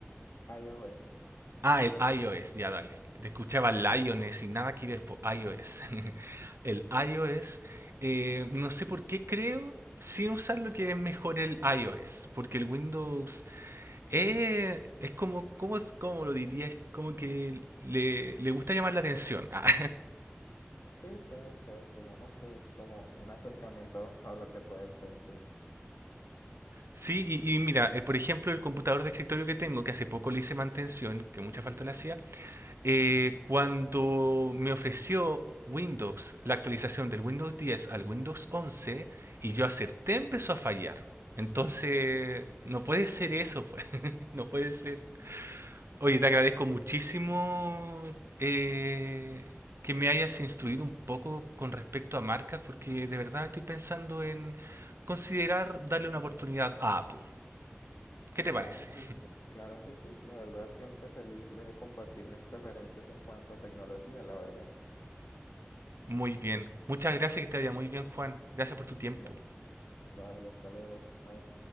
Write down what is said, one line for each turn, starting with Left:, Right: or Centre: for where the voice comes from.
Left: iOS,
Right: Ah, el iOS, ya dale. Que Te escuchaba Lioness y nada que ver por iOS. <laughs> El iOS, eh, no sé por qué creo, sin usar lo que es mejor el iOS, porque el Windows eh, es como, ¿cómo, cómo lo diría? Es como que le, le gusta llamar la atención. <laughs> Ah,
Left: sí, puede ser, digamos que es como un acercamiento <laughs> a lo que puede ser, sí.
Right: Sí, y, y mira, eh, por ejemplo, el computador de escritorio que tengo, que hace poco le hice mantención, que mucha falta le hacía, Eh, cuando me ofreció Windows la actualización del Windows 10 al Windows 11 y yo acepté, empezó a fallar. Entonces,
Left: Ujú.
Right: no puede ser eso, pues. <laughs> No puede ser. Oye, te agradezco muchísimo eh, que me hayas instruido un poco con respecto a marcas, porque de verdad estoy pensando en considerar darle una oportunidad a Apple. ¿Qué te
Left: Vale,
Right: parece?
Left: sí, c- claro que sí. La verdad, siempre feliz de compartir mis preferencias en cuanto a tecnología, la verdad.
Right: Muy bien. Muchas gracias, que te vaya muy bien, Juan. Gracias por tu tiempo.
Left: Va- vale, hasta luego. Bye.